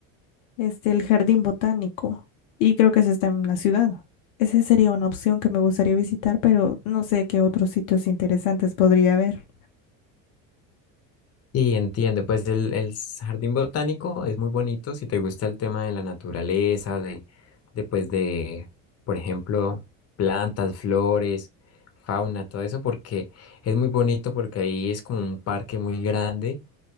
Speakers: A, on the left; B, on the left.
A: este, el jardín botánico, y creo que ese está en la ciudad. Esa sería una opción que me gustaría visitar, pero no sé qué otros sitios interesantes podría haber.
B: Sí, entiendo. Pues el, el jardín botánico es muy bonito si te gusta el tema de la naturaleza, de, de pues de, por ejemplo, plantas, flores, fauna, todo eso, porque es muy bonito porque ahí es como un parque muy grande